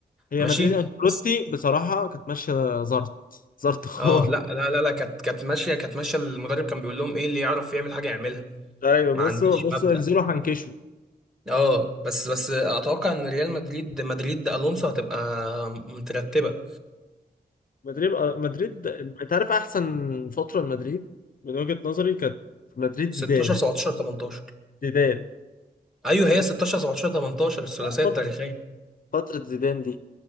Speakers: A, on the left; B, in the centre.
A: هي
B: ماشي
A: مدريد انشيلوتي
B: بس
A: بصراحة كانت ماشية زرط زرط خالص
B: اه لا لا لا لا كانت كانت ماشيه كانت ماشيه المدرب كان بيقول لهم ايه اللي يعرف يعمل حاجه يعملها
A: ايوه بصوا
B: ما عنديش
A: بصوا
B: مبدأ
A: انزلوا هنكشوا
B: اه بس بس اتوقع ان ريال مدريد مدريد الونسو هتبقى مترتبه
A: مدريد آه، مدريد انت عارف احسن فتره لمدريد من وجهه نظري كانت مدريد زيدان
B: 16 17 18
A: زيدان
B: ايوه
A: مدريد-
B: هي 16 17 18 الثلاثيه
A: آه، فتره
B: التاريخيه
A: فتره زيدان دي